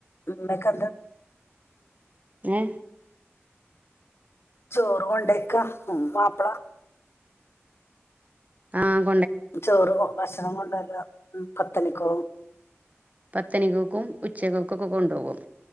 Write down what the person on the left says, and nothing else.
മ്മക്കെന്താ
ചോറും കൊണ്ടേക്ക ഉ മാപ്പിള
ചോറ ഭഷ ഭക്ഷണം കൊണ്ടല്ല പത്തണിക്കോ?